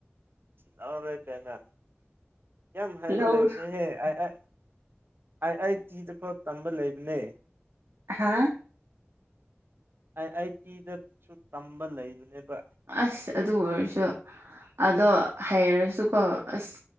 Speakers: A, on the right (about 55°); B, on the right (about 80°).
A: ꯂꯥꯎꯔꯦ ꯀꯥꯏꯅꯥ ꯌꯥꯝ ꯍꯥꯏꯕ
B: ꯂꯧꯔꯣꯏ
A: ꯂꯩꯕꯅꯦꯍꯦ ꯑ ꯑꯥ ꯑꯥꯏ ꯑꯥꯏ ꯇꯤꯗ ꯐꯥꯎ ꯇꯝꯕ ꯂꯩꯕꯅꯦ
B: ꯑꯍꯥꯥ
A: ꯑꯥꯏ ꯑꯥꯏ ꯇꯤ ꯗꯁꯨ ꯇꯝꯕ ꯂꯩꯕꯅꯦꯕ
B: ꯑꯁ ꯑꯗꯨ ꯑꯣꯏꯔꯁꯨ ꯑꯗꯣ ꯍꯩꯔꯁꯨꯀꯣ ꯑꯁ